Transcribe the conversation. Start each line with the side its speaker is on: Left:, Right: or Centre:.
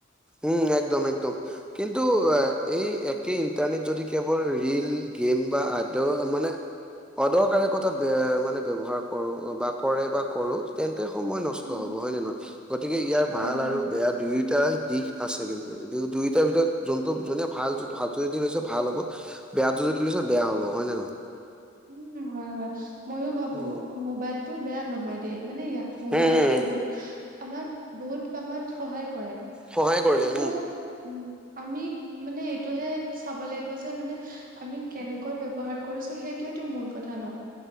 Centre: উম, একদম, একদম। কিন্তু এই একেই ইণ্টাৰনেট যদি কেৱল ৰীল গেম বা আদ মানে অদৰকাৰী কথাত বে মানে ব্যৱহাৰ কৰোঁ বা কৰে বা কৰোঁ তেন্তে সময় নষ্ট
Right: উম,
Centre: হ'ব হয় নে নহয় গতিকে ইয়াৰ
Right: অ',
Centre: ভাল
Right: হয়।
Centre: আৰু বে বেয়া দুয়োটা দিশ আছে কিন্তু দুয়ো-দুয়োটাৰ ভিতৰত যোনটো যোনে ভাল <unintelligible> ভাল হ'ব বেয়াটো যদি লৈছে বেয়া হ'ব হয় নে নহয়?
Right: উম, হয়, হয় মইও ভাবো
Centre: উম, উম,
Right: অ'মোবাইল টো বেয়া নহয় দে মানে ইয়া মোবাইলটো
Centre: উম, উম,
Right: বহুত আমাক বহুত কামত সহায় কৰে।
Centre: সহায় কৰে
Right: কিন্তু
Centre: উম।
Right: উম, আমি মানে এইটোহে চাব লাগিব যে মানে আমি কেনেকৈ ব্যৱহাৰ কৰিছোঁ সেইটোৱেইটো মূল কথা ন?